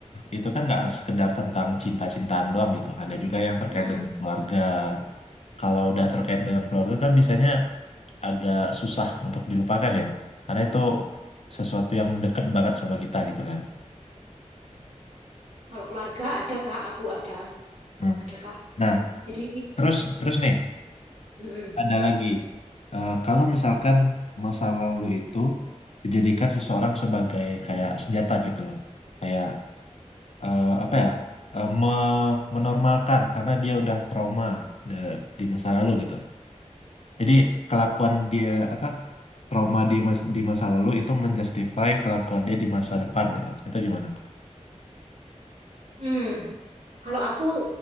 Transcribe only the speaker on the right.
Mm-mm.
Kalau keluarga ada kak, aku ada,
ada kak.
Jadi,
mm-mm.
Hmm. Kalau aku